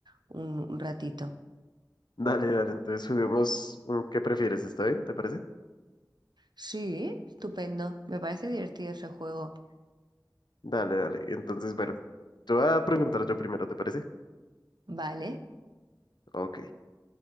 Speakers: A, on the right; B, on the left.
A: un, un ratito.
B: Dale, dale, entonces juguemos. mm, ¿Qué prefieres? ¿Está bien? ¿Te parece?
A: Sí, estupendo, me parece divertido ese juego.
B: Dale, dale. Entonces, bueno, te voy a preguntar yo primero, ¿te parece?
A: Vale,
B: Ok.